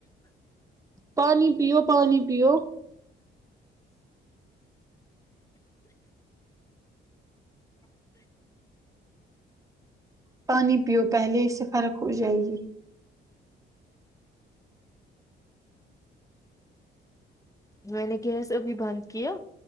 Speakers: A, on the right; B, on the left.
A: پانی پیو پانی پیو پانی پیو پہلے اس سے فرق ہو جائے گی جی
B: میں نے گیس ابھی بند کیا